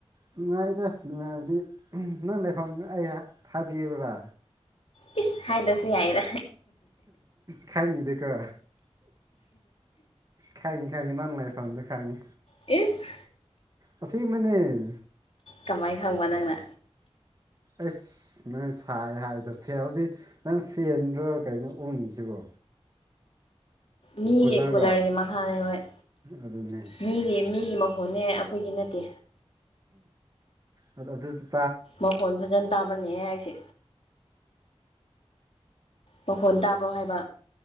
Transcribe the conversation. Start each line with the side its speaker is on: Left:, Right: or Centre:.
Right: ꯅꯨꯡꯉꯥꯏꯗ ꯅꯨꯡꯉꯥꯏꯕꯗꯤ ꯅꯪ ꯂꯩꯐꯝ ꯑꯩ ꯍꯥꯏꯕꯤꯎꯔ
Left: ꯏꯁ ꯍꯥꯏꯗꯔꯁꯨ ꯌꯥꯏꯗ
Right: ꯈꯪꯉꯤꯗ ꯒꯣ ꯈꯪꯏ ꯈꯪꯏ ꯅꯪ ꯂꯥꯏꯐꯝꯗꯣ ꯈꯪꯉꯤ
Left: ꯏꯁ
Right: ꯑꯁ‌ꯦꯡꯕꯩꯅ‌ꯦ
Left: ꯀꯃꯥꯏꯅ ꯈꯪꯕ ꯅꯪꯅ
Right: ꯑꯁ ꯅꯪ ꯁꯥꯏ ꯍꯥꯏꯕꯗꯣ ꯐꯦ ꯍꯧꯖꯤꯛ ꯅꯪ ꯐꯦꯟꯗ꯭ꯔꯣ ꯀꯩꯅꯣ ꯎꯡꯉꯤꯁꯤꯕꯣ
Left: ꯃꯤꯒꯤ
Right: ꯀꯨꯂꯔꯔꯣ
Left: ꯀꯨꯂꯔꯒꯤ ꯃꯈꯥꯅꯤ ꯈꯣꯢ
Right: ꯑꯗꯨꯅꯦ
Left: ꯃꯤꯒꯤ ꯃꯤꯒꯤ ꯃꯈꯣꯟꯅꯦ ꯑꯩꯈꯣꯏꯒꯤ ꯅꯠꯇꯦ
Right: ꯑ ꯑꯗꯨ <inaudible>
Left: ꯃꯈꯣꯟ ꯐꯖꯅ ꯇꯥꯕꯅꯦꯍꯦ ꯑꯩꯁꯦ ꯃꯈꯣꯟ ꯇꯥꯕ꯭ꯔꯣ ꯍꯥꯏꯕ